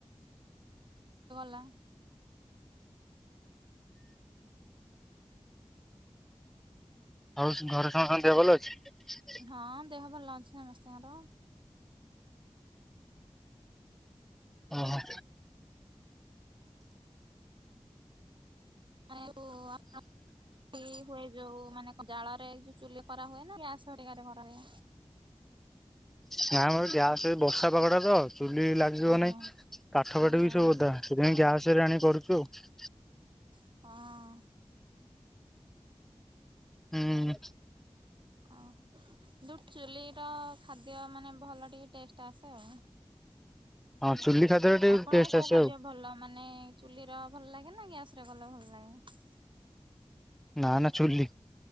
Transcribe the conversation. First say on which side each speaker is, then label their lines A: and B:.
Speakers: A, on the right; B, in the centre.
A: ତୋ ଭଲା।
B: ଆଉ ଘରେ ସମେ ସମସ୍ତେ ଦେହ ଭଲ ଅଛି।
A: ହଁ ଦେହ ଭଲ ଅଛି ସମସ୍ତିଙ୍କର।
B: ଓ ହ।
A: ଆଉ ଆ କି ହୁଏ ଯୋଉ ମାନେ ଜାଳରେ ଯୋଉ ଚୁଲି କରା ହୁଏ ନା ଗ୍ୟାସ ଗୁଡିକରେ କରା ହୁଏ।
B: ନାଇଁ ମ ଗ୍ୟାସ ବର୍ଷା ପାଗଡା ତ ଚୁଲି ଲାଗିବ
A: ଆଜ୍ଞା
B: ନାହିଁ ପାଠ
A: ଓହୋ
B: ପାଠ ବି ସବୁ ଓଦା। ସେଇଥିପାଇଁ ଗ୍ୟାସ ରେ ଆଣି କରଛୁ ଆଉ।
A: ହଁ।
B: ହୁଁ।
A: ଓ ଯୋଉ ଚୁଲି ର ଖାଦ୍ୟ ମାନେ ଭଲ ଟିକେ ଟେଷ୍ଟ ଆସେ ଆଉ।
B: ହଁ ଚୁଲି ଖାଦ୍ୟରେ ଟିକେ
A: ଆପଣଙ୍କ
B: ଟେଷ୍ଟ
A: କୋଉ
B: ଆସେ
A: ଖାଦ୍ୟ
B: ଆଉ
A: ଭଲ ମାନେ ଚୁଲି ର ଭଲ ଲାଗେ ନା ଗ୍ୟାସ ରେ ଭଲ ଭଲ ଲାଗେ।
B: ନା ନା ଚୁଲି